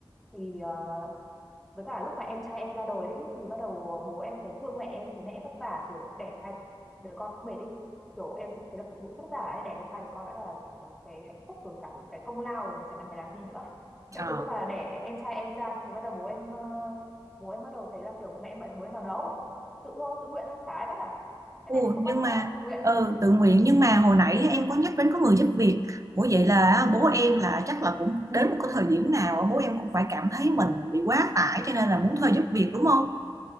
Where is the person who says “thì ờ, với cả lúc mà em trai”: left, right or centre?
Centre